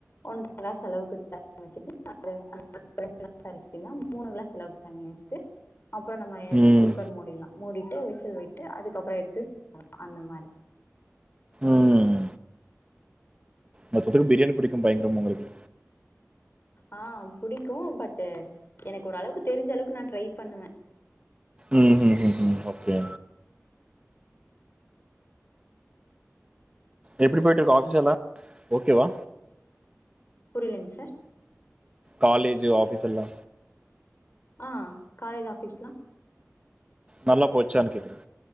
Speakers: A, on the left; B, on the right.
A: ஒன்ற கிளாஸ் அளவுக்கு தண்ணி வச்சிட்டு <inaudible> ரெண்டு கிளாஸ் அரிசின்னா மூணு கிளாஸ் அளவுக்கு தண்ணி வச்சிட்டு அப்றோ நம்ம எ
B: ம்
A: குக்கர் மூடிலா மூடிட்டு விசில் விட்டு அதுக்கப்றோ எடுத்து <unintelligible> அந்த மாரி
B: ம் மொத்தத்துக்கு பிரியாணி புடிக்கோ பயங்கரமா உங்களுக்கு
A: ஆ புடிக்கோ பட் எனக்கு ஓரளவுக்கு தெரிஞ்ச அளவுக்கு நா ட்ரை பண்ணுவே
B: உ உ உ உ ஓகே எப்டி போயிட்டு இருக்கு ஆஃபிஸ் எல்லா ஓகேவா
A: புரியலங்க சார்
B: காலேஜு ஆபீஸ் எல்லா
A: ஆ காலேஜ் ஆபீஸ்லா
B: நல்லா போச்சானு கேக்குறே